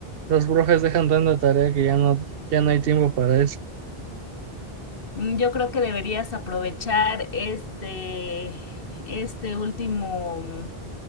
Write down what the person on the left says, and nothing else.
Mm, Yo creo que deberías aprovechar este, este último.